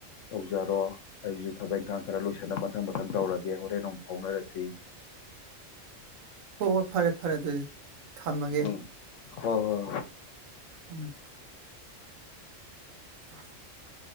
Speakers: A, on the left; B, on the right.
A: ꯇꯧꯖꯔꯣ ꯑꯩꯁꯨ ꯊꯕꯛ ꯏꯪꯈꯥꯡ ꯈꯔ ꯂꯣꯏꯁꯤꯟꯅ ꯃꯊꯪ ꯃꯊꯪ ꯇꯧꯔꯒꯦ ꯍꯣꯔꯦꯟ ꯅꯨꯡ ꯐꯥꯎꯅꯔꯁꯤ
B: ꯍꯣꯏ ꯍꯣꯏ ꯐꯔꯦ ꯐꯔꯦ ꯑꯗꯨꯗꯤ ꯊꯝꯃꯒꯦ
A: ꯎꯝ ꯍꯣꯏ ꯍꯣꯏ
B: ꯎꯝ <inaudible>